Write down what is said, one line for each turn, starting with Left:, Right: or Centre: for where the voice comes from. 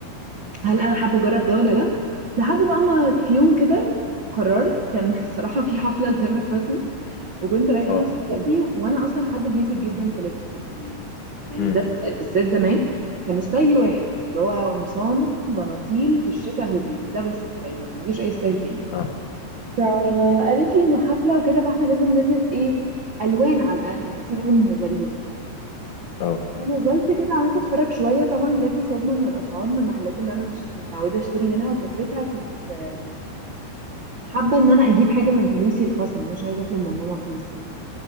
Right: هل انا حابه اجرب ده ولا لا لحد بقى ما في يوم كده قررت كان <laughs> الصراحه في حفله لتامر حسني وكنت رايحه
Left: اه
Right: انا وصاحبتي وانا اصلا حد بيزك جدا في لبسه يعني يعني
Left: امم
Right: ده بالذات زمان كان ستايلي واحد اللي هو قمصان بناطيل في الشتاء هوديز ده بس ستايلي ما عنديش اي ستايل تاني
Left: اه
Right: فقالت لي انه حفله وكده فاحنا لازم نلبس ايه الوان على الاقل البسي لون غريب
Left: امم
Right: فنزلت كده قعدت اتفرج شويه طبعا جات لي صدمه من الاسعار من المحلات اللي انا مش متعوده اشتري منها وفترتها كنت آه، حابه ان انا اجيب حاجه من فلوسي الخاصه مش عايزه اطلب من ماما فلوس يعني